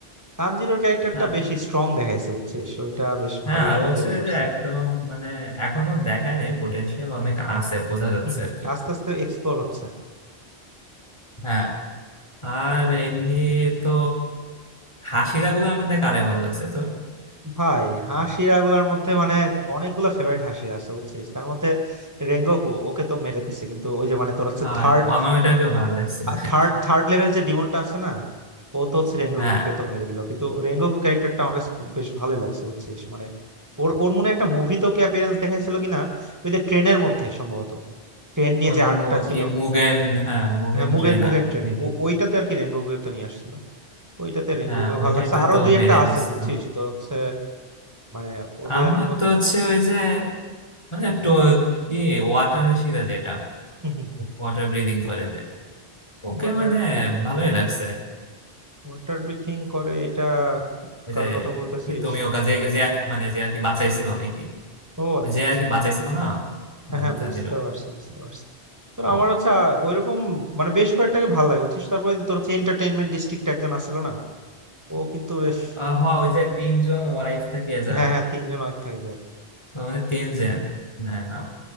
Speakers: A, on the right; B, on the left.
A: তানজিরোর ক্যারেক্টারটা
B: হ্যাঁ,
A: বেশি স্ট্রং দেখাইছে বুঝছিস ওইটা বেশ
B: হ্যাঁ
A: ভালোই
B: আর
A: এনজয়
B: হচ্ছে
A: করছি
B: যে একদম মানে এখনো দেখায় নাই পোটেনশিয়াল অনেক আছে বোঝা যাচ্ছে
A: হম হম
B: আর কি
A: আস্তে আস্তে এক্সপ্লোর হচ্ছে
B: হ্যাঁ আর এমনি তো হাসিরা গুলোর মধ্যে কারে ভালো লাগছে তোর
A: ভাই হাসিরা গুলার মধ্যে মানে অনেকগুলো ফেভারিট হাসি আছে বুঝছিস তার মধ্যে রেঙ্গোকু ওকে তো মেরে দিছে কিন্তু ওই যে মানে তোর হচ্ছে
B: হ্যাঁ
A: থার্ড
B: আমার ওইটাকে ভালো লাগছিল আর
A: থার্ড
B: কি
A: থার্ড লেভেল যে ডিমনটা আছে না ও তো হচ্ছে রেঙ্গোকুকে
B: হ্যাঁ
A: তো মেরে দিল কিন্তু রেঙ্গোকু ক্যারেক্টারটা আমার কাছে খুব বেশ ভালোই লাগছে বুঝছিস মানে ওর ওর মনে হয় একটা মুভি তো অ্যাপিয়ারেন্স দেখাইছিল কিনা ওই যে ট্রেনের মধ্যে সম্ভবত ট্রেন নিয়ে
B: ওই
A: যে আর্কটা
B: মু-
A: ছিল
B: কি মুগেন হ্যাঁ মুগেন
A: হ্যাঁ মুগের
B: ট্রেনার
A: মুগেন ট্রেন
B: নাকি
A: ওইটাতে আর কি রেঙ্গোকুকে তো নিয়ে আসছিল ওইটাতে রেঙ্গোকুকে
B: হ্যাঁ ওইটাই
A: ভালো লাগছে
B: তো
A: আরো
B: তো
A: দুই
B: মেরে
A: একটা আছে
B: দিছিল
A: বুঝছিস তো হচ্ছে মানে ওদের
B: আমার
A: মধ্যে
B: তো হচ্ছে ওই যে মানে টো- কি ওয়াটার হাসিরা যেটা
A: হম হম
B: ওয়াটার ব্রিদিং করে যে ওকে
A: ওয়াটার
B: মানে
A: ব্রিথিং
B: ভালোই লাগছে
A: ওয়াটার ব্রিথিং করে এটা
B: ওই
A: কার
B: যে
A: কথা বলতেছিস
B: কি তুমি ওকে যে যে আর- মানে যে আর কি বাঁচাইছিল নাকি
A: ও আচ্ছা
B: ওই যে
A: আচ্ছা
B: আর কি
A: আচ্ছা
B: বাঁচাইছিল না
A: হ্যাঁ
B: আহ,
A: হ্যাঁ
B: জাজিরো
A: বুঝতে পারছি বুঝতে পারছি তো
B: ও
A: আমার হচ্ছে আহ, ওইরকম মানে বেশ কয়েকটাকে ভালো লাগে বুঝছিস তারপরে যে তোর হচ্ছে এন্টারটেইনমেন্ট ডিস্ট্রিক্ট একজন আসছিল না ও কিন্তু বেশ
B: আহ, হ ওই যে তিনজন ওয়াইফ থাকে যার
A: হ্যাঁ হ্যাঁ তিনজন অনেক থাকে যার
B: মানে তিনজন না না